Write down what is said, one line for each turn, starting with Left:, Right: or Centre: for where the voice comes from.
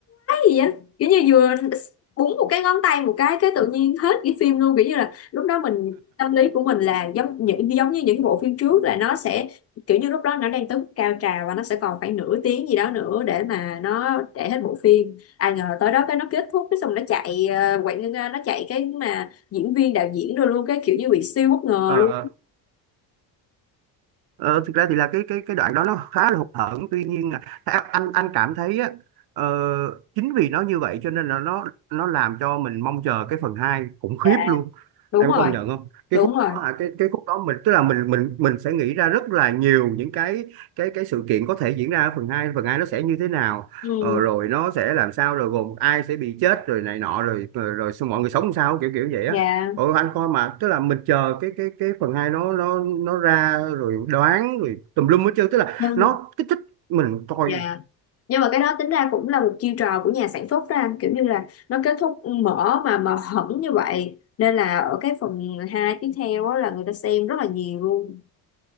Left: gì á kiểu như vừa búng một cái ngón tay một cái cái tự nhiên hết cái phim luôn kiểu như là lúc đó mình tâm lý của mình là giống những giống như những bộ phim trước là nó sẽ kiểu như lúc đó nó đang tới mức cao trào và nó sẽ còn khoảng nửa tiếng gì đó nữa để mà nó chạy hết bộ phim ai ngờ tới đó cái nó kết thúc cái xong nó chạy ờ, quảng nó chạy cái mà diễn viên đạo diễn rồi luôn cái kiểu như bị siêu bất ngờ
Right: nè
Left: luôn
Right: <laughs> Ờ, thực ra thì là cái cái cái đoạn đó nó khá là hụt hẫng tuy nhiên là theo anh anh cảm thấy á ờ, chính vì nó như vậy cho nên là nó nó làm cho mình mong chờ cái phần 2 khủng khiếp
Left: dạ
Right: luôn
Left: đúng
Right: em
Left: rồi
Right: có công nhận không cái
Left: đúng
Right: khúc
Left: rồi
Right: đó hả cái cái khúc đó mình tức là mình mình mình sẽ nghĩ ra rất là nhiều những cái cái cái sự kiện có thể diễn ra ở phần hai phần 2 nó sẽ như thế nào
Left: ừ
Right: ờ, rồi nó sẽ làm sao rồi gồm ai sẽ bị chết rồi này nọ rồi rồi, rồi mọi người sống làm sao kiểu kiểu vậy
Left: dạ
Right: á ừ, anh coi mà tức là mình chờ cái cái cái phần hai nó nó nó ra rồi đoán rồi tùm lum hết trơn tức là
Left: nhưng
Right: nó kích thích mình coi
Left: dạ nhưng mà cái đó tính ra cũng là một chiêu trò của nhà sản xuất đó anh kiểu như là nó kết thúc mở mà mà hẳn như vậy nên là ở cái phần 2 tiếp theo đó là người ta xem rất là nhiều luôn